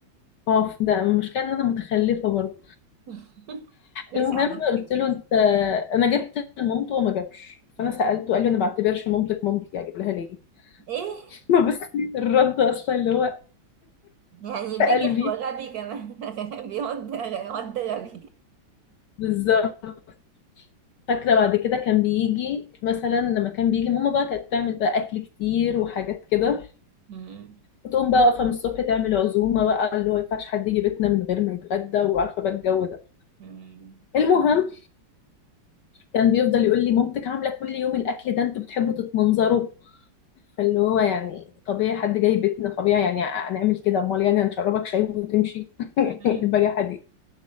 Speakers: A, on the left; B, on the right.
A: ما هو ده المشكلة إن أنا متخلفة برضه
B: <laughs> قيس
A: المهم
B: على نفسك
A: قلت له
B: كده
A: أنت أنا جبت لمامته وما جابش
B: مم.
A: فأنا سألته قال لي أنا ما بعتبرش مامتك مامتي أجيب لها ليه؟
B: ايه
A: <laughs> ما بس الرد أصلا اللي هو
B: يعني
A: في
B: بجح
A: قلبي
B: وغبي كمان <laughs> بيقعد يقعد غبي واد غبي.
A: بالظبط فاكرة بعد كده كان بيجي مثلا لما كان بيجي ماما بقى كانت تعمل بقى أكل كتير وحاجات كده
B: مم.
A: وتقوم بقى واقفة من الصبح تعمل عزومة بقى اللي هو ينفعش حد يجي بيتنا من غير ما يتغدى وعارفة بقى الجو ده
B: مم.
A: المهم كان بيفضل يقول لي مامتك عاملة كل يوم الأكل ده انتوا بتحبوا تتمنظروا فاللي هو يعني طبيعي حد جاي بيتنا طبيعي يعني هنعمل كده امال يعني هنشربك شاي وتمشي <laughs>
B: مم.
A: البجاحة دي